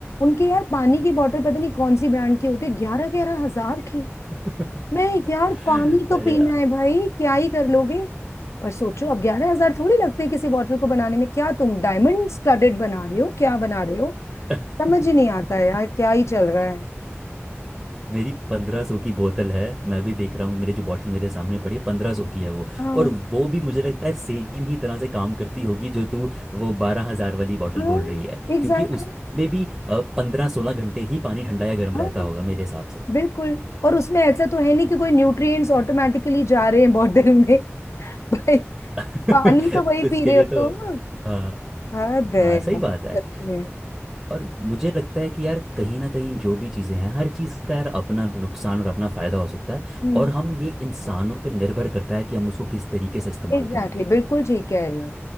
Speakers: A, on the left (about 75°); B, on the right (about 15°).
A: उनके यार पानी की बोतल पता नहीं कौन सी ब्रांड की होती है ग्यारह ग्यारह हजार की
B: <laughs>
A: मैं यार पानी तो
B: अरे
A: पीना
B: यार
A: है भाई क्या ही कर लोगे पर सोचो अब ग्यारह हजार थोड़ी लगते हैं किसी बॉटल को बनाने में क्या तुम डायमंड स्टडेड बना रहे हो क्या बना रहे हो
B: <laughs>
A: समझ ही नहीं आता है यार क्या ही चल रहा है
B: मेरी पंद्रह सौ की बोतल है मैं भी देख रहा हूँ मेरे जो बॉटल मेरे सामने पड़ी है पंद्रह सौ की है वो
A: हाँ
B: और वो भी मुझे लगता है सेम ही तरह से काम करती होगी जो तू वो बारह हजार वाली बॉटल
A: हाँ
B: बोल रही है
A: एग्जैक्टली
B: क्योंकि उसमें भी पंद्रह सोलह घंटे ही पानी ठंडा या गर्म
A: हाँ
B: रहता होगा मेरे हिसाब से
A: बिल्कुल और उसमें ऐसा तो है नहीं कि कोई न्यूट्रिएंट्स ऑटोमेटिकली जा रहे हैं बॉटल में <laughs> भाई
B: <laughs>
A: पानी तो वही
B: उसके
A: पी रहे
B: लिए
A: हो तुम
B: तो हाँ
A: हद है
B: हाँ सही
A: यार,
B: बात है
A: सच में
B: और मुझे लगता है कि यार कहीं ना कहीं जो भी चीज़ें हैं हर चीज़ का यार अपना नुकसान और अपना फ़ायदा हो सकता है
A: हम्म
B: और हम ये इंसानों पर निर्भर करता है कि हम उसको किस तरीके से इस्तेमाल
A: एग्जैक्टली
B: करेंगे
A: बिल्कुल ठीक कह रहे हो